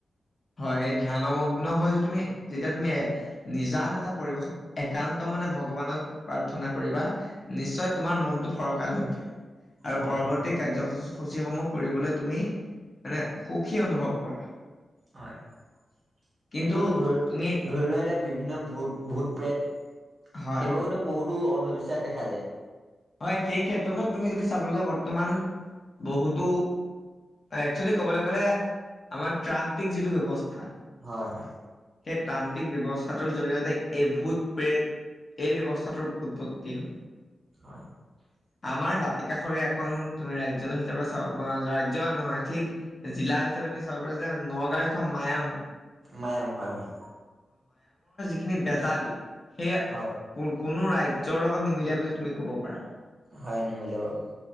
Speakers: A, on the left; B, on the right.
A: হয় এই ধ্যানমগ্ন হৈ যে তুমি যেতিয়া তুমি এ নিজান এটা পৰিৱেশত একান্ত মনে ভগৱানক প্ৰাৰ্থনা কৰিবা নিশ্চয় তোমাৰ মনটো ফৰক কাল হৈ উঠে। আৰু
B: হয়
A: পৰবৰ্তী
B: হয়
A: কাৰ্যসূচ সূচীসমূহ কৰিবলৈ তুমি মানে সুখী অনুভৱ কৰা।
B: হয়
A: কিন্তু
B: তুমি ধৰি,
A: তুমি
B: ধৰি লোৱা এতিয়া বিভিন্ন ভূত, ভূত-প্ৰেত সেইবোৰ
A: হয়
B: হয়তো বহুত টো অন্ধবিশ্বাস দেখা যায়।
A: হয় সেই ক্ষেত্ৰতো তুমি যদি চাবলৈ যোৱা বৰ্তমান বহুতো, একচুৱেলি কবলৈ গলে আমাৰ তান্ত্ৰিক যিটো ব্যৱস্থা
B: হয় হয়
A: সেই তান্ত্ৰিক ব্যৱস্থাটোৰ জৰিয়তে এই ভূত-প্ৰেত এই ব্যৱস্থাটোৰ উৎপত্তি হ'ল।
B: <inaudible>
A: আমাৰ দাঁতিকাষৰীয়া এখন তুমি ৰাজ্য হিচাপে চাব ৰাজ্য নহয় ঠিক জিলা হিচাপে তুমি চাব পাৰা যে নগাঁও যিখন মায়ং
B: মায়ং, হয় হয়।
A: খিনি বেজালি। সেয়া,
B: হয়
A: কোন? কোনো ৰাজ্যৰ লগত নিমিলে বুলি তুমি ক'ব পাৰা।
B: হয় নিমিলে বাৰু